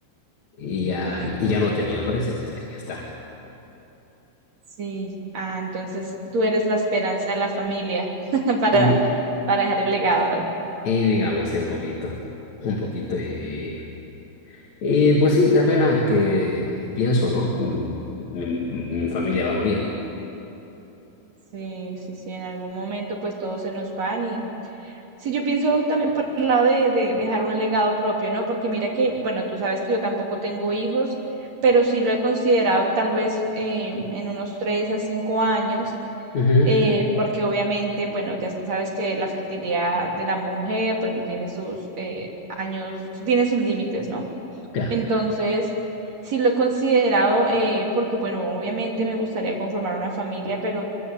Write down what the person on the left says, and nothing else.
Y ya,
y ya no ha tenido, parece. O sea, ya está.
Y,
y digamos, sí, un poquito, un poquito. Y, y pues sí, da pena que pienso, ¿no? Mi, mi- mi familia va a morir.
Ujú,
claro.